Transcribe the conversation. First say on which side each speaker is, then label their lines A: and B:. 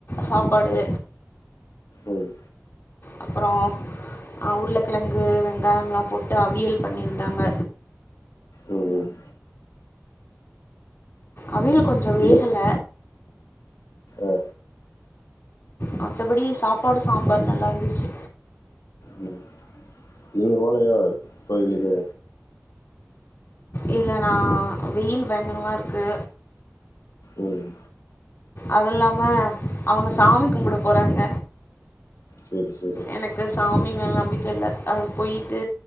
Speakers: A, on the left; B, on the left.
A: சாப்பாடு
B: ம்
A: அப்புறம் உருளக்கிழங்கு வெங்காயம்லாம் போட்டு அவியல் பண்ணியிருந்தாங்க
B: ம் ம்
A: அவியல் கொஞ்சோ வேகல
B: நீங்க ஆ
A: மத்தபடி சாப்பாடு சாம்பார் நல்லா இருந்துச்சு
B: ம் நீங்க போலையா கோய்ளுக்கு
A: இல்லண்ணா வெயில் பயங்கரமா இருக்கு
B: ம்
A: அது இல்லாம அவங்க சாமி கும்பிட போறாங்க
B: செரி செரி
A: எனக்கு சாமி மேல நம்பிக்க இலல அது போயிட்டு